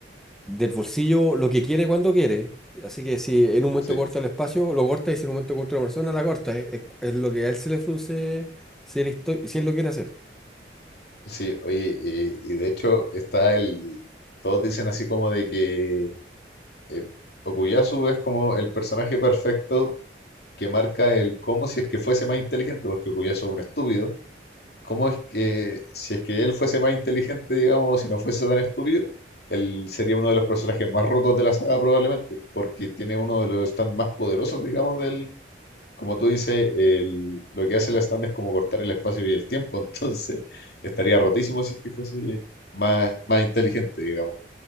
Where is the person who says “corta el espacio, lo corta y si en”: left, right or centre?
Centre